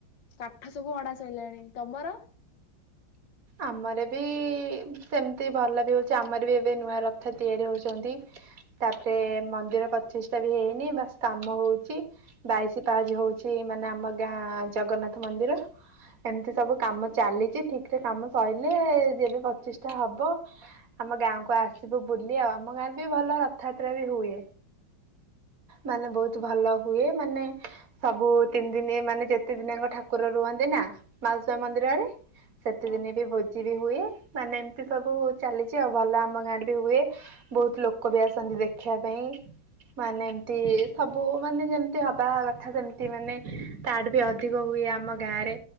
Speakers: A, on the left; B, on the right.
A: କାଠ ସବୁ ଅଣା ସରିଲାଣି। ତମର?
B: ଆମର ବି ସେମତି ଭଲ ବି ହଉଚି ଆମର ବି ଏବେ ନୂଆ ରଥ ତିଆରି ହଉଚନ୍ତି। ତାପରେ ମନ୍ଦିର ପାଚିଷ୍ଟା ବି ହେଇନି ବା କାମ ହଉଚି। ବାଇଶି ପାହାଜ ହଉଚି ମାନେ ଆମ ଗାଁ ଜଗନ୍ନାଥ ମନ୍ଦିର। ଏମିତି ସବୁ କାମ ଚାଲିଚି ଠିକ ରେ କାମ ସରିଲଲେ ଯେବେ ପଚିଷ୍ଟା ହବ ଆମ ଗାଁକୁ ଆସିବୁ ବୁଲି ଆଉ ଆମ ଗାଁ ରେ ବି ଭଲ ରଥଯାତ୍ରା ବି ହୁଏ। ମାନେ ବହୁତ ଭଲ ହୁଏ। ମାନେ ସବୁ ତିନି ଦିନି ମାନେ ଯେତେ ଦିନଙ୍କ ଠାକୁର ରୁହନ୍ତି ନା ମାଉସ ମନ୍ଦିରରେ ସେତିଦିନେ
A: ହଁ
B: ବି ଭୋଜି ବି ହୁଏ। ମାନେ ଏମିତି ସବୁ ଚାଲିଛି ଆଉ ଭଲ ଆମ ଗାଁରେ ବି ହୁଏ। ବହୁତ ଲୋକ ବି ଆସନ୍ତି ଦେଖିବା ପାଇଁ। ମାନେ ଏମତି ସବୁ ମାନେ ଯେମତି ହବା କଥା ସେମିତି ମାନେ ତାଠୁ ବି ଅଧିକ ହୁଏ ଆମ ଗାଁ ରେ